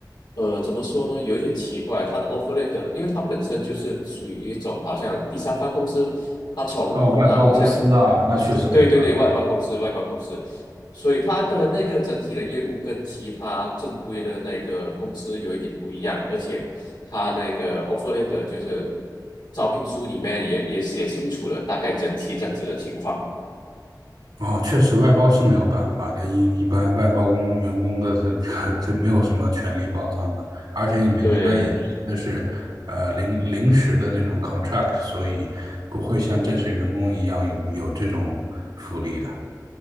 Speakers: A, on the left; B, on the right.
A: 呃，怎么说呢，有一点奇怪，他的 offer letter，因为他本身就是属于一种好像第三方公司，他从啊好像，
B: 哦，外包公司啊，那确实没有办法。
A: 对对对，外包公司外包公司，所以他的那个整体的业务跟其他正规的那个公司有一点不一样，而且他那个 offer letter 就是招聘书里面也也写清楚了大概整体这样子的情况，
B: 哦，确实外包是没有办法的，一一般外包工员工的是 <laughs>
A: 嗯
B: 就没有什么权利保障的，而且你们应该也那是呃临临时的那种
A: 对。
B: contract，所以不会像正式员工一样有有这种福利的。
A: <laughs>